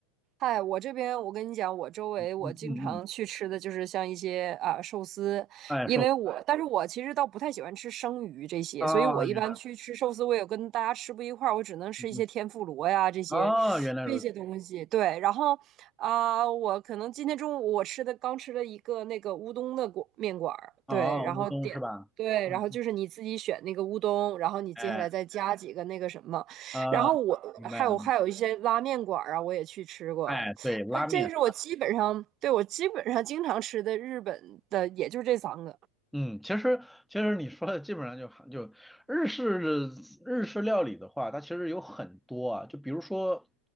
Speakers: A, on the right; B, in the centre.
A: 嗨，我这边我跟你讲，我周围我经常去吃的就是像一些啊寿司，
B: 嗯嗯嗯，哎，
A: 因为我，
B: 说
A: 但是我其实倒不太喜欢吃生鱼这些，
B: 啊，
A: 所以我一般去吃寿司，
B: 原来，
A: 我也跟大家吃不一块儿，我只能吃一些天妇罗呀这些这些东西。
B: 嗯嗯，啊，原来如此，
A: 对，然后啊、我可能今天中午我吃的刚吃了一个那个乌冬的馆面馆儿，
B: 啊，
A: 对，然后点。
B: 乌冬是吧？
A: 对，
B: 嗯嗯，
A: 然后就是你自己选那个乌冬，然后你接下来再加几个那个什么。
B: 哎，啊，
A: 然后我还有还有一些拉面馆啊，
B: 明白了，
A: 我也去吃过。
B: 哎，对，拉面，
A: 呃，这个是我基本上，对，我基本上经常吃的日本的，也就这三个。
B: 嗯，其实其实你说的基本上就很就日式日式料理的话，它其实有很多啊，就比如说，